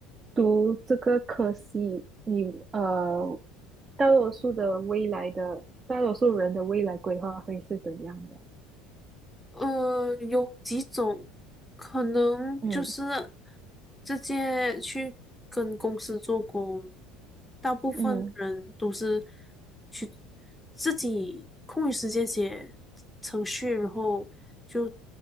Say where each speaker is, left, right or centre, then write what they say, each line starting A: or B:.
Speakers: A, on the right; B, in the centre.
A: 读这个科系，你呃，大多数的未来的大多数人的未来规划会是怎样的？
B: 呃，有几种可能就是
A: 嗯
B: 直接去跟公司做工，大部分人都是
A: 嗯
B: 去自己空余时间写程序，然后就